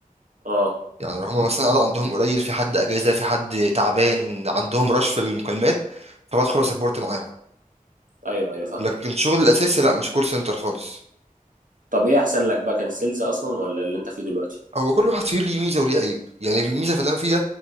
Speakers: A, on the right; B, on the right.
A: اه
B: يعني لو هم مثلا قعدوا عندهم قليل في حد اجازه في حد تعبان عندهم رش في المكالمات فبدخل اسبورت معاهم
A: ايوه ايوه فاهم
B: لكن شغل الاساسي لا مش كول سنتر خالص
A: طب ايه احسن لك بقى كان السيلز اصلا ولا اللي انت فيه دلوقتي
B: هو كل واحد فيه ليه ميزه وليه عيب يعني الميزه في اللي انا فيه ده